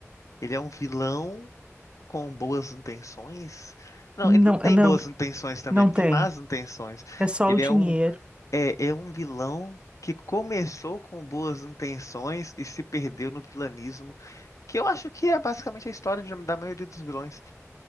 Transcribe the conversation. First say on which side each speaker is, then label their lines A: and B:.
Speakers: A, on the left (about 80°); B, on the right (about 20°).
A: Ele é um vilão com boas intenções? Não,
B: não,
A: ele não tem
B: não,
A: boas intenções também,
B: não
A: ele tem
B: tem.
A: más intenções.
B: É só
A: Ele
B: o dinheiro.
A: é um, é, é um vilão que começou com boas intenções e se perdeu no vilanismo Que eu acho que é basicamente a história de- da maioria dos vilões.